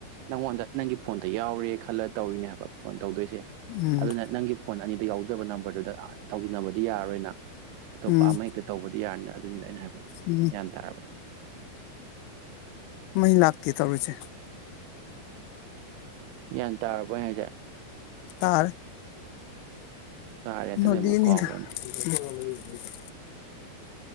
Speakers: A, on the right; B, on the left.
A: ꯅꯪꯉꯣꯟꯗ ꯅꯪꯒꯤ ꯐꯣꯟꯗ ꯌꯥꯎꯔꯦ ꯈꯜꯂ ꯇꯧꯔꯤꯅꯦ ꯍꯥꯏꯕ ꯐꯣꯟ ꯇꯧꯗꯣꯏꯁꯦ
B: ꯎꯝ
A: ꯑꯗꯨꯅ ꯅꯪꯒꯤ ꯐꯣꯟ ꯑꯅꯤ ꯑ ꯌꯥꯎꯖꯕ ꯅꯝꯕꯔꯗꯨꯗ ꯇꯧꯁꯤꯟꯅꯕꯗꯤ ꯌꯥꯔꯔꯣꯏꯅ ꯑꯇꯣꯞꯄ
B: ꯎꯝ
A: ꯑꯃꯍꯦꯛꯇ ꯇꯧꯕꯗꯤ ꯌꯥꯔꯅꯤꯅ ꯑꯗꯨꯅꯤꯅ ꯑꯩꯅ ꯍꯥꯏꯕꯗꯣ
B: ꯎꯝ
A: ꯒ꯭ꯌꯥꯟ ꯇꯥꯔꯕ
B: ꯃꯩ ꯂꯥꯛꯇꯦ ꯇꯧꯔꯤꯨꯁꯦ
A: ꯒ꯭ꯌꯥꯟ ꯇꯥꯔꯕ ꯍꯥꯏꯁꯦ
B: ꯇ
A: ꯇꯥꯔꯦ ꯇꯠꯂꯦ
B: ꯅꯗꯤꯅꯤꯗ
A: ꯑꯃꯨꯛ ꯀꯥꯎꯈ꯭ꯔꯅꯤ
B: ꯑꯣꯏꯣꯏꯗ